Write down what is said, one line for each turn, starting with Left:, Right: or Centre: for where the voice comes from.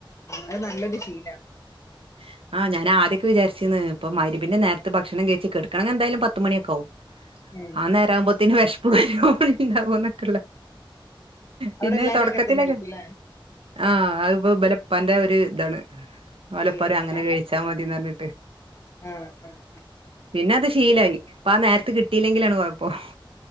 Left: നല്ല നല്ലൊരു ഫീലാണ്
Right: <inaudible> ആ ഞാൻ ആദ്യൊക്കെ വിചാരിച്ചിന്ന് ഇപ്പ മഗിരിബിന്റെ നേരത്ത് ഭക്ഷണം കഴിച്ചു കെടക്കണെങ്കി എന്താലും പത്ത് മണിയോക്കവും
Left: ഉം
Right: ആ നേരം
Left: ഉം
Right: ആവുമ്പോതേനു വിശപ്പ് വരുവോണ്ടാവോ ന്നക്കള്ള പിന്നെ
Left: അവിടെ എല്ലാരും
Right: തുടക്കത്തിലൊക്കെ
Left: അങ്ങനെ തന്നെ ആയിരിക്കുംല്ലേ
Right: ആഹ അതിപ്പോ ഇബലെ ഇപ്പാന്റെ ഒരു ഇതാണ് ഓല്
Left: ഏ
Right: പറയും അങ്ങനെ കഴിച്ചാ മതിന്ന് പറഞ്ഞിട്ട്
Left: ആഹ് ആഹ്
Right: പിന്നെ അത് ശീലയി ഇപ്പ ആ നേരത്ത് കിട്ടിയില്ലെങ്കിലാണ് കൊയപ്പം